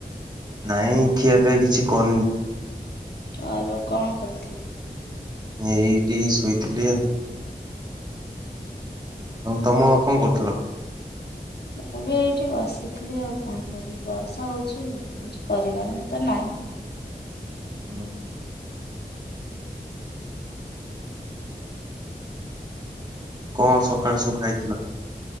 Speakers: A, on the right; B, on the left.
A: ନାଇଁ ଖିଆ ପିଆ କିଛି କରିନି।
B: ଅ ଏ ବାର କଣ କରିଥିଲେ?
A: ଏଇଠି ଶୋଇଥିଲି ଆଉ। ଆଉ ତମ କଣ କରୁଥିଲ?
B: ମୁଁ ବି ଏଇଠି ବସିଥିଲି ଆଉ କଣ କରିବି। ବର୍ଷା ହଉଚି କିଛି କରିବାର ତ ନାହିଁ।
A: ହଁ କଣ ସକାଳେ ସବୁ ଖାଇଥିଲ?